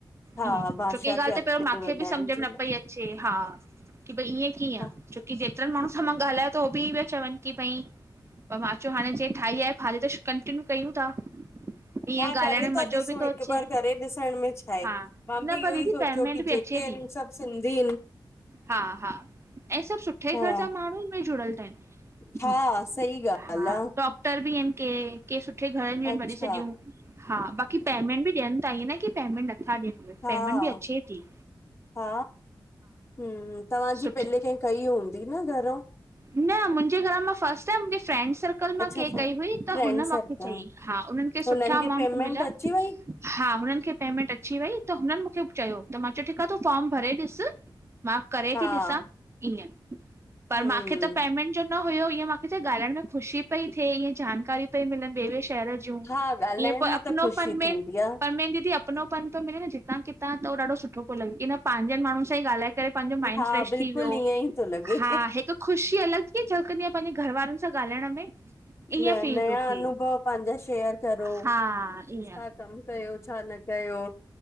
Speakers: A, on the left (about 30°); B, on the right (about 30°).
A: हा
B: इयं
A: भाषा
B: छोकी इय ॻाल्
A: खे अॻिते
B: त पैंरों मांखे
A: वधाइण
B: बि समझ में
A: जे
B: न
A: लाइ
B: पई अचे हा की भई ईअं कीअं
A: हा
B: छोकी जे जेतिरनि माण्हुनि सां मां ॻाल्हायो त हो बि इयो पा चवनि की भई पर मां चयो हाणे जें ठाही आहे हाली त कंटीन्यू कयूं ता। ईअं
A: हा करे
B: ॻाल्हाइण में
A: था
B: मज़ो
A: ॾिसूं
B: बि तो
A: हिकु
B: अचे
A: बार करे ॾिसण में छा आहे
B: हा
A: मां बि
B: न
A: इहो
B: पर दीदी
A: ई सोचियो
B: पेमेंट
A: की
B: बि
A: जेके
B: अचे
A: आहिनि
B: ती।
A: सभु सिंधी आहिनि
B: हा -हा, ऐं सभु सुठे
A: हा
B: घर जा माण्हू में जुड़ियल आहिनि।
A: हा, सही ॻाल्हि
B: हा,
A: आ,
B: डॉक्टर बि आहिनि के के सुठे घर जूं आहिनि
A: अच्छा
B: वॾी सॾियूं। हा बाक़ी पेमेंट बि ॾियनि ता ईअं न की पेमेंट नथा ॾियनि
A: हा
B: पेमेंट बि अचे ती।
A: हा, हम्म- तव्हांजी
B: सुठे
A: पहिले कें कई हूंदी न घरऊं?
B: न मुंहिंजे घर मां फस्ट टाइम मुंहिंजी फ्रेंंड सर्कल मां
A: अच्छा
B: कें
A: फ
B: कई हुई त
A: फ्रेंड
B: हुन
A: सर्कल,
B: मांखे चईं। हा, उन्हनि खे सुठा
A: हुननि
B: अमाउंट
A: पेमेंट
B: मिलिया
A: अची वई?
B: हा हुननि खे पेमेंट अची वई त हुननि मूंखे चयो त मां चयो ठीकु आ तूं फॉर्म भरे ॾिस मां करे
A: हा,
B: ती ॾिसां ईअं, पर
A: हम्म,
B: मां जो न हुयो ईअं मांखे छाए ॻाल्हाइण में ख़ुशी पई थे, इअं जानकारी पई मिलनि ॿे -ॿे शहर जूं
A: हा ॻाल्हाइण
B: ईअं
A: में
B: अपनो
A: त ख़ुशी
B: पन में
A: थींदी आ,
B: परमेन दीदी अपनोपन पियो मिले न जितां- कितां त हो ॾाढो सुठो पो लॻे, किन पांजन माण्हून सां ई ॻाल्हाए करे पांजो माइंड
A: हा
B: फ्रेश
A: बिल्कुलु
B: थी वियो,
A: ईअं ई थो लॻे।
B: हा हिकु ख़ुशी अलॻि कीयं झलकंदी आ, पंहिंजे घर वारनि सां ॻाल्हाइण में, ईअं
A: न
B: फील
A: नयां
B: थो थिए।
A: अनुभव पांजा शेयर करो,
B: हा ईअं।
A: छा कमु? कयो छा न कयो?